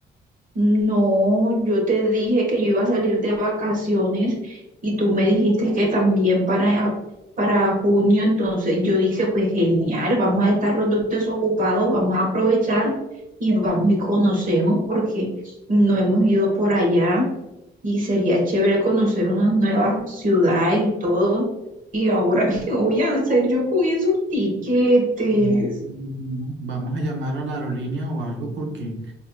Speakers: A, on the right; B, on the right.
A: No, yo te dije que yo iba a salir de vacaciones y tú me dijiste que también para, para junio, entonces yo dije, pues genial, vamos a estar los dos desocupados, vamos a aprovechar y vamos y conocemos porque no hemos ido por allá y sería chévere conocer unas nuevas ciudades y todo. Y ahora, <laughs> ¿qué voy a hacer yo con esos tiquetes?
B: No, no, no. Vamos a llamar a la aerolínea o algo porque